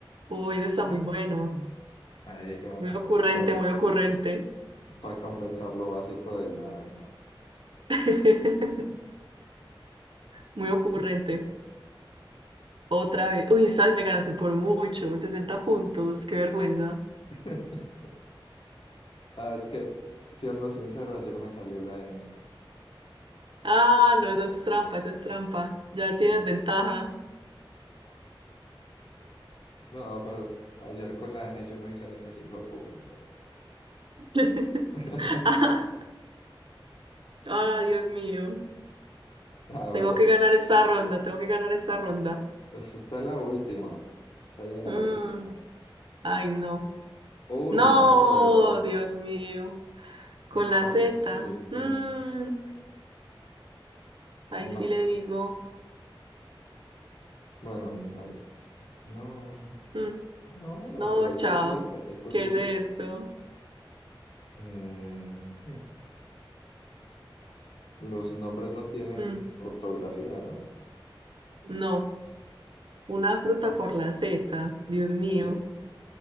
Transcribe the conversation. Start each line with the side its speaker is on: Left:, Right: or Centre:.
Right: Uy, eso está muy bueno.
Left: Ahí como
Right: Muy ocurrente, muy ocurrente.
Left: para compensar lo básico del naranja.
Right: <laughs> Muy ocurrente. Otra vez. Uy, sabes me ganaste por mucho. sesenta puntos. Qué vergüenza.
Left: <laughs> Ah, es que, siendo sincero, ayer me salió la N. <laughs>
Right: Ah, no, eso es trampa, eso es trampa. Ya tienes ventaja.
Left: No, pero ayer con la N yo no hice 25 puntos.
Right: <laughs>
Left: <laughs>
Right: Ah, ah, Dios mío.
Left: A ver,
Right: Tengo que ganar esta ronda, tengo que ganar esta ronda.
Left: pues está la última. Está ya la
Right: Mm,
Left: última.
Right: ay, no.
Left: Uy,
Right: No,
Left: no, pero
Right: Dios mío. Con
Left: no,
Right: la
Left: ahora
Right: Z.
Left: sí que
Right: Mm, ahí
Left: no.
Right: sí le digo.
Left: Bueno, a- no.
Right: mm,
Left: No, bueno,
Right: no,
Left: pero hay
Right: chao.
Left: cositas, hay cositas.
Right: ¿Qué es esto?
Left: Eh, hmm, los nombres no tienen
Right: Mm,
Left: ortografía, ¿no?
Right: no. Una fruta
Left: Bueno,
Right: por la Z. Dios mío.
Left: sí,